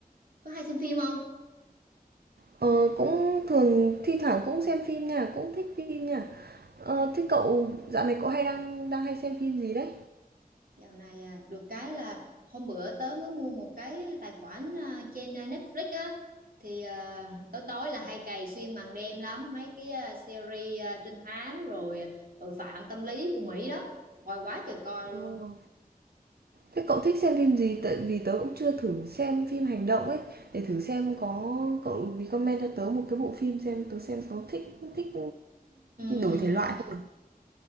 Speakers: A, on the right (about 65°); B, on the right (about 85°).
A: có hay xem phim không?
B: Ờ, cũng thường thi thoảng cũng xem phim nha, cũng thích phim nha. Ờ, thế cậu dạo này cậu hay đang đang hay xem phim gì đấy?
A: Dạo này à, được cái là hôm bữa tớ mới mua một cái tài khoản à, trên à, Netflix á thì à, tối tối là hay cày xuyên màn đêm lắm mấy cái à, series à, trinh thám rồi tội phạm tâm lý của Mỹ đó coi quá trời coi
B: Ờ,
A: luôn
B: thế cậu thích xem phim gì? Tại vì tớ cũng chưa thử xem phim hành động ấy, để thử xem có cậu recommend cho tớ một cái bộ phim xem tớ xem có thích thích
A: Ừm,
B: đổi thể loại không. nào.